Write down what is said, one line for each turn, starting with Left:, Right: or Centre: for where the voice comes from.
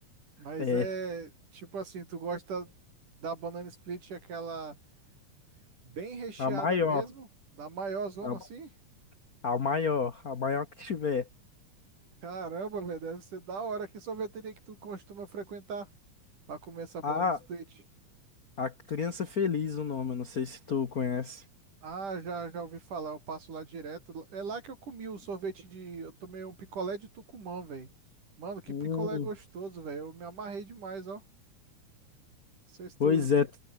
Right: Mas
Left: É,
Right: é tipo assim, tu gosta da banana split, aquela bem recheada
Left: a maior,
Right: mesmo, da maior zona
Left: a,
Right: assim?
Left: a maior, a maior que tiver.
Right: Caramba, velho, deve ser da hora. Que sorveteria que tu costuma frequentar pra comer essa banana
Left: A,
Right: split?
Left: a Criança Feliz, o nome, eu não sei se tu conhece.
Right: Ah, já, já ouvi falar, eu passo lá direto. É lá que eu comi o sorvete de. Eu tomei um picolé de Tucumã, velho. Mano, que
Left: Hum,
Right: picolé gostoso, velho. Eu me amarrei demais, ó. Não sei se tu.
Left: pois é,